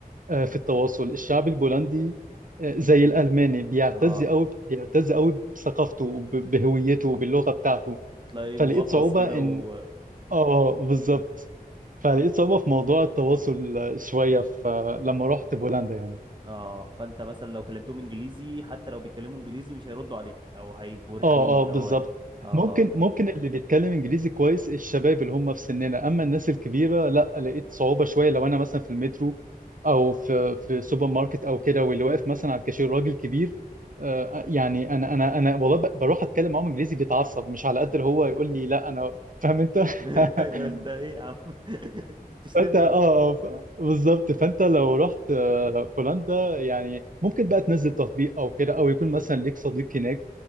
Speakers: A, on the right (about 60°); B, on the right (about 30°).
A: آه، في التواصل الشعب البولندي آه، زي الألماني بيعتز
B: آه،
A: أوي بيعتز أوي بثقافته وب- بهويته وباللغة بتاعته
B: تلاقي
A: فلقيت
B: مغطرس
A: صعوبة
B: كده
A: إن
B: و
A: آه بالظبط
B: مم.
A: فلقيت صعوبة في موضوع التواصل آه، شوية ف- لما رحت بولندا يعني
B: اه فانت مثلا لو كلمتهم انجليزي حتى لو بيتكلموا انجليزي مش هيردوا عليك او هيبقوا رخمين
A: اه اه
B: او
A: بالظبط
B: هي اه
A: ممكن
B: اه فاهم
A: ممكن اللي بيتكلم انجليزي كويس الشباب اللي هم في سننا اما الناس الكبيره لا لقيت صعوبه شويه لو انا مثلا في المترو او في في سوبر ماركت او كده واللي واقف مثلا على الكاشير راجل كبير آه، يعني انا انا انا والله ب- بروح اتكلم معاهم انجليزي بيتعصب مش على قد اللي هو يقول لي لا انا فاهم انت
B: <laughs> ايوه
A: <laughs>
B: انت ايه يا عم <laughs> انت بتشتمني
A: فانت اه آه، ف- بالظبط فانت لو رحت آه، بولندا يعني ممكن بقى تنزل تطبيق او كده او يكون مثلا ليك صديق هناك